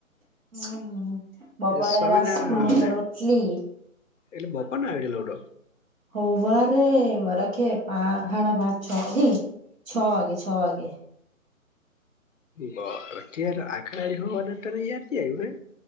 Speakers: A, on the right; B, on the left.
A: હમ્મ બપોરે
B: સ્વામિનારાયણ
A: રાસને
B: આવવાના
A: રોટલી
B: એટલે બપને આઈડિયા લઉડો?
A: હૌવા મરાખે પા સાડા પાંચ છ ન. છ વાગે છ વાગે.
B: બાર <unintelligible> ખરાડી હોવા અને તને યાદથી આવ્યું હને.